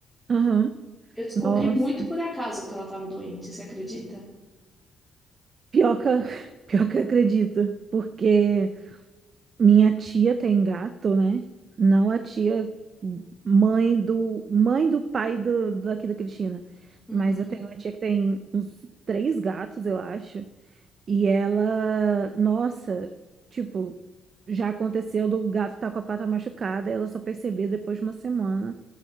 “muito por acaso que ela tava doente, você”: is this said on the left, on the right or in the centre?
Centre